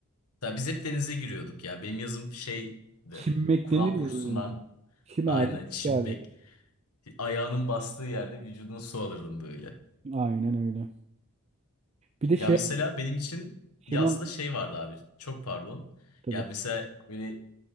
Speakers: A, on the left (about 80°); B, on the right (about 30°).
A: ya biz hep denize giriyorduk ya. Benim yazım şeydi.
B: Çimmek
A: Kur'an
B: denir ya
A: kursundan
B: böyle. Çimerdik
A: aynen çimmek.
B: çıkardık.
A: Ayağının bastığı yerde vücuduna su alırdım böyle.
B: Aynen öyle. Bir de
A: Ya
B: şey
A: mesela benim için
B: şunu
A: yazda
B: an-
A: şey vardı abi. Çok pardon.
B: tabii.
A: Ya mesela böyle